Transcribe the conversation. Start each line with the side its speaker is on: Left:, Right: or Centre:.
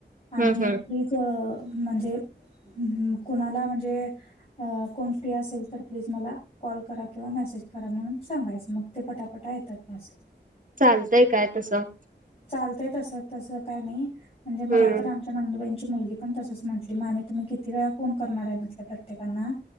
Left: आणि
Right: हम्म हम्म
Left: प्लीज म्हणजे कुणाला म्हणजे? कोण फ्री असेल तर प्लीज मला. कॉल करा किंवा मेसेज करा म्हणून सांगायचं मग ते पटापटा येतात मेसेज.
Right: चालतय काय तसं
Left: चालतय तसं तसं काय नाही म्हणजे
Right: हम्म
Left: मला तर आमच्या नंदुबाईंची मुलगी पण तसंच म्हटली मामी तुम्ही किती वेळा फोन करणार आहे म्हटलं प्रतेकांना